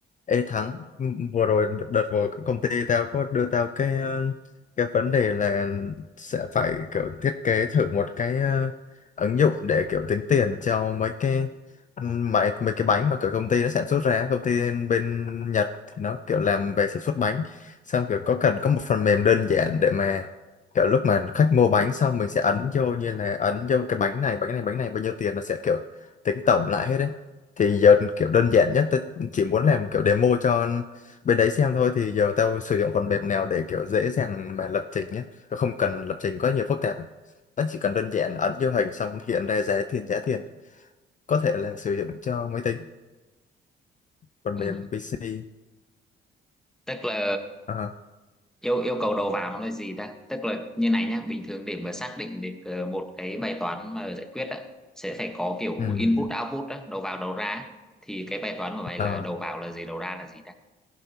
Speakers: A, on the left; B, in the centre.
A: Ê Thắng, Ừ, vừa rồi đợt đợt vừa cái công ty tao có đưa tao cái ờ, cái vấn đề là sẽ phải kiểu thiết kế thử một cái ờ, ứng dụng để kiểu tính tiền cho mấy cái ừ, mấy mấy cái bánh mà kiểu công ty nó sản xuất ra, công ty bên Nhật thì nó kiểu làm về sản xuất bánh, xong kiểu có cần có một phần mềm đơn giản để mà kiểu lúc mà khách mua bánh xong mình sẽ ấn vô như là ấn vô cái bánh này, bánh này, bánh này bao nhiêu tiền nó sẽ kiểu tính tổng lại hết đấy thì giờ kiểu đơn giản nhất chỉ muốn làm kiểu demo cho bên đấy xem thôi thì giờ tao sử dụng phần mềm nào để kiểu dễ dàng mà lập trình nhé tao không cần lập trình quá nhiều phức tạp nó chỉ cần đơn giản ấn vô hình xong hiện ra giá tiền giá tiền có thể là sử dụng cho máy tính phần
B: Ừ.
A: mềm PC
B: tức là
A: Ờ,
B: yêu yêu cầu đầu vào nó là gì ta tức là như này nhá bình thường để mà xác định được ờ, một cái bài toán mà giải quyết á sẽ phải có kiểu
A: ừm,
B: input output á đầu vào đầu ra á. thì cái bài toán của mày
A: ờ,
B: là đầu vào là gì đầu ra là gì ta